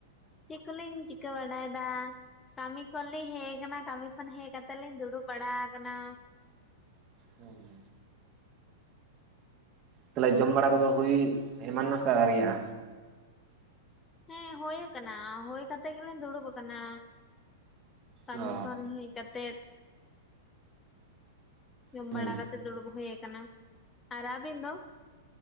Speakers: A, on the left; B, on the right.
A: ᱪᱮᱜ ᱠᱚᱞᱤᱧ ᱪᱤᱠᱟᱹ ᱵᱟᱰᱟᱭᱫᱟ ᱠᱟᱹᱢᱤ ᱠᱷᱚᱱ ᱞᱤᱧ ᱦᱮᱜ ᱠᱟᱱᱟ ᱠᱟᱹᱢᱤ ᱠᱷᱚᱱ ᱦᱮᱜ ᱠᱟᱛᱮᱜ ᱞᱤᱧ ᱫᱩᱲᱩᱵ ᱵᱟᱲᱟᱣ ᱠᱟᱱᱟ᱾
B: ᱦᱮᱸ ᱛᱟᱞᱦᱮ ᱡᱚᱢ ᱵᱟᱲᱟ ᱠᱚᱫᱚ ᱦᱩᱭ ᱮᱢᱟᱱᱱᱟ ᱥᱮ ᱟᱹᱣᱨᱤᱭᱟᱜᱼᱟ?
A: ᱦᱮᱸ ᱦᱳᱭ ᱠᱟᱱᱟ ᱦᱳᱭ ᱠᱟᱛᱮ ᱜᱮᱞᱤᱧ ᱫᱩᱲᱩᱵ ᱟᱠᱟᱱᱟ᱾ ᱠᱟᱹᱢᱤ
B: ᱚ
A: ᱠᱷᱚᱱ ᱦᱮᱡ ᱠᱟᱛᱮᱫ ᱡᱚᱢ
B: ᱦᱩᱸ
A: ᱵᱟᱲᱟ ᱠᱟᱛᱮ ᱫᱩᱲᱩᱵ ᱦᱩᱭ ᱠᱟᱱᱟ ᱟᱨ ᱟᱵᱤᱱ ᱫᱚ?